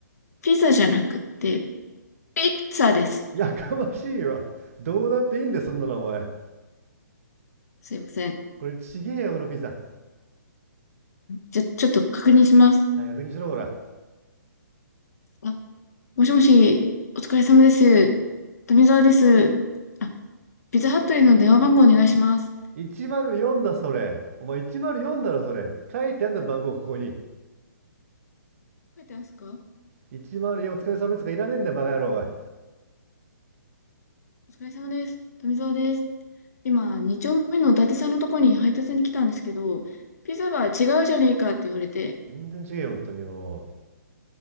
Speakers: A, on the left; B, on the right.
A: ピザじゃなくって、ピッツァです。
B: やかましいわ。どうだっていいんだよ、そんなのお前。
A: すいません。
B: これちげえよ、このピザ。
A: じゃ、ちょっと確認します。
B: はい、確認しろ、ほら。
A: あ、もしもし、お疲れ様です。富澤です。あ、ピザハットリーの電話番号お願いします。
B: 104だ、それ。お前104だろ、それ。書いてあんだろ、番号、ここに。
A: 書いてますか
B: 104お疲れ様ですがかいらねえんだよ、バカ野郎、お前。
A: お疲れ様です。富澤です。今、2丁目の伊達さんのとこに配達に来たんですけど、ピザは違うじゃねえかって言われて、
B: 全然違えよ、ほんとによ。